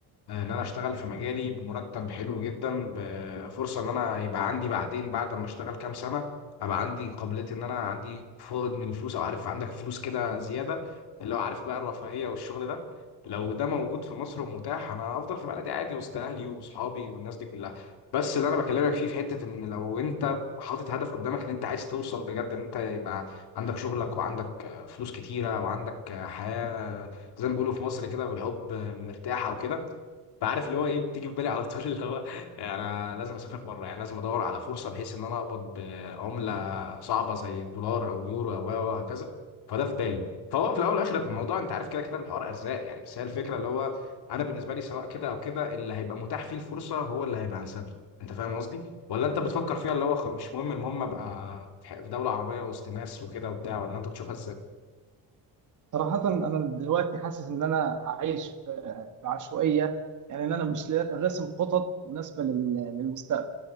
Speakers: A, on the left (about 60°); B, on the right (about 45°).
A: آه، ان انا اشتغل في مجالي بمرتب حلو جدا بفرصه ان انا يبقى عندي بعدين بعد ما اشتغل كام سنه ابقى عندي قابليه ان انا عندي فائض من الفلوس او عارف عندك فلوس كده زياده اللي هو عارف بقى الرفاهيه والشغل ده لو ده موجود في مصر ومتاح انا افضل في بلدي عادي وسط اهلي واصحابي والناس دي كلها بس اللي انا بكلمك فيه في حته ان لو انت حاطط هدف قدامك ان انت عايز توصل بجد ان انت يبقى عندك شغلك وعندك فلوس كتيره وعندك حياه زي ما بيقولوا في مصر كده بالحب مرتاحه وكده فعارف اللي هو ايه بتيجي في بالي على <laughs> طول اللي هو انا لازم اسافر بره يعني لازم ادور على فرصه بحيث ان انا اقبض بعمله صعبه زي الدولار او اليورو او أو وهكذا فده في بالي فهو في الاول والاخر في الموضوع انت عارف كده كده الحوار ارزاق يعني بس هي الفكره اللي هو انا بالنسبه لي سواء كده او كده اللي هيبقى متاح فيه الفرصه هو اللي هيبقى انسب لي انت فاهم قصدي ولا انت بتفكر فيها اللي هو خ- مش مهم المهم ابقى في ح- في دوله عربيه وسط ناس وكده وبتاع ولا انت بتشوفها
B: صراحة أنا دلوقتي حاسس إن أنا عايش في في عشوائية يعني إن أنا مش لا- راسم خطط مناسبة لل- للمستقبل